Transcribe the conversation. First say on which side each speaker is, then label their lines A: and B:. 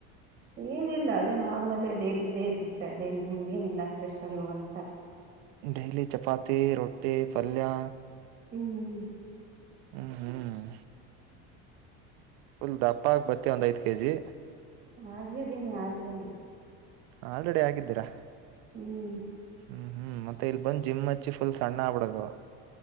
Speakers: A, on the right; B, on the right.
A: ಏನಿಲ್ಲ ಅದೇ ನಾರ್ಮಲ್ ಡೆಲಿ ಇದೇ ಇರ್ತೀತ್ ಅದೇ ಏನಿಲ್ಲ ಸ್ಪೆಷಲ್ ಅಂತ.
B: ಡೇಲಿ ಚಪಾತಿ ರೊಟ್ಟಿ ಪಲ್ಯಾ
A: ಹ್ಮ್
B: ಹ್ಮ್ ಹ್ಮ ಪುಲ್ ದಪ್ಪ ಹಾಗಿ ಬತ್ತಿವ ಒಂದ್ ಐದ ಕೆ ಜಿ
A: ಆಗಿದ್ದೀನಿ ಆಲ್ರೆಡಿ
B: ಆಲ್ರಡಿ ಆಗಿದ್ದೀರಾ
A: ಹ್ಮ್
B: ಹ್ಮ್ ಹ್ಮ್ ಮತ್ತೆ ಇಲ್ ಬಂದ ಜಿಮ್ ಹಚ್ಚಿ ಫುಲ್ ಸಣ್ಣ ಆಗ್ಬಡದ